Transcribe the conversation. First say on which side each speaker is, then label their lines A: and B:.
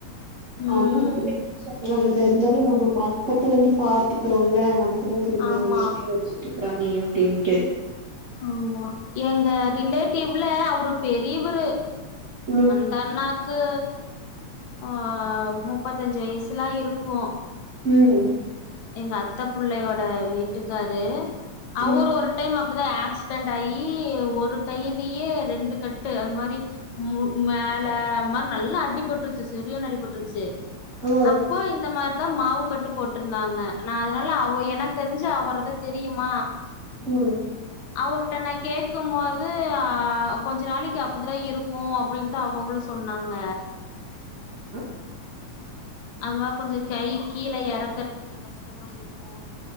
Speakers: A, on the left; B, on the right.
A: ம்
B: அவுங்ககிட்டே சொல்றது தெரிஞ்சாலு நம்ம பக்கத்துல இருந்து பாத்துக்கிறோம்லே நமக்குதா தெரியு
A: ஆமா
B: அவ எப்டினு சொல்ட்டு இருக்குறானே அப்டின்ட்டு
A: ஆமா எங்க ரிலேட்டிவ்ல அவ்ரு பெரியவரு
B: ம்
A: அந்தண்ணாக்கு ஆ முப்பத்தஞ்சி வய்சுலா இருக்கு
B: ம்
A: எங்க அத்த பிள்ளையோட வீட்டுக்காரு அவ்ரு
B: ம்
A: ஒரு டைம் அ ப்டிதா ஆக்சிடென்ட் ஆயி ஒரு கையிலியே ரெண்டு கட்டு அதுமாரி மு மேல அந்த மாரி நல்லா அடிபட்டுருச்சி செரியான அடிபட்டுருச்சி
B: ஆ
A: அப்போ இந்த மாரிதா மாவு கட்டு போட்ரு ந்தாங்க நா அதனால அவ எனக்கு தெரிஞ்சு அவ்வரத தெரியுமா
B: ம்
A: அவர்கிட்ட நா கேட்ககு மோது அ கொஞ்சோ நாளைக்கி அப்டிதா இருக்கு அப்டின்னுட்டு அவுங்களு சொன்னாங்க
B: ஆ
A: அது மா கொஞ்சோ கை கீழ எறக்க கொஞ்சோ கஷ்டமா இருக்கு